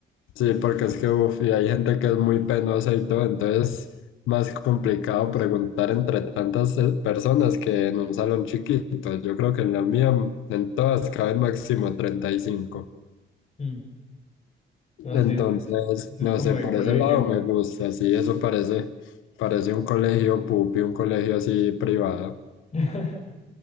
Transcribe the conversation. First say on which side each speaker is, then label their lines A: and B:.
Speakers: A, on the left; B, on the left.
A: Sí, porque es que uf, y hay gente que es muy penosa y todo, entonces más complicado preguntar entre tantas eh, personas que en un salón chiquito. Yo creo que en la mía, en todas, caben máximo 35.
B: Mm. No,
A: Entonces,
B: sí, eso es, es
A: no
B: como
A: sé,
B: de
A: por
B: colegio.
A: ese lado me gusta, sí, eso parece, parece un colegio pupi, un colegio así privado.
B: <laughs>